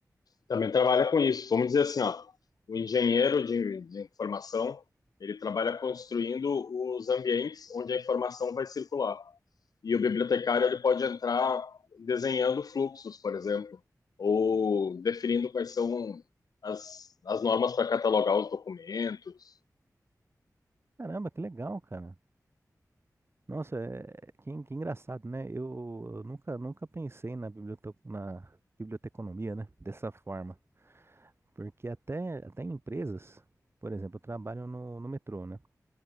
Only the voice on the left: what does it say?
Também trabalha com isso. Vamos dizer assim, ó, o engenheiro de, de informação ele trabalha construindo os ambientes onde a informação vai circular. e o bibliotecário ele pode entrar desenhando fluxos, por exemplo, ou definindo quais são as, as normas para catalogar os documentos.